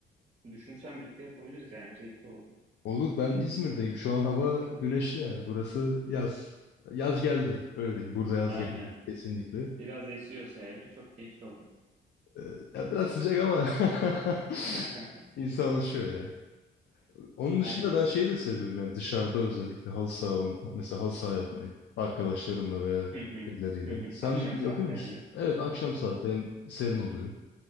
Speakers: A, on the right; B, on the left.
A: Düşünsem birlikte yapabiliriz yani keyifli olur.
B: Olur ben İzmir'deyim. Şu an hava güneşli yani. Burası yaz. Yaz geldi. Öyle diyeyim. Burada yaz
A: Aynen.
B: geldi. Kesinlikle.
A: Biraz esiyorsa hele çok keyifli olur.
B: Ee, Ya biraz sıcak ama <laughs>
A: <laughs>
B: insan alışıyor ya. Onun dışında
A: Aynen.
B: ben şeyi de seviyorum yani dışarıda özellikle halı saha oyn- mesela halı saha yapmayı arkadaşlarımla veya
A: Hı hı.
B: birileriyle.
A: Hı hı.
B: Sen
A: Akşam saatlerinde.
B: yapıyor musun? Evet akşam saati hem serin oluyor.